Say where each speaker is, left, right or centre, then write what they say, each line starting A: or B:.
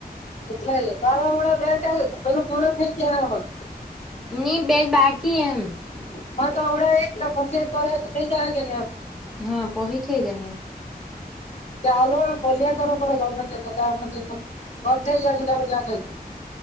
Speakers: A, on the left; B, in the centre.
A: એટલે સાારડા બે ચાર પેલો પૂરો થઈ ગયામાં
B: ની બેજ બાકી એમ
A: હ તો અવડડા એકછ જ
B: હા પહીથી જા
A: લુંમે પોલ્યાયા કરડે ગમે ઘાય થ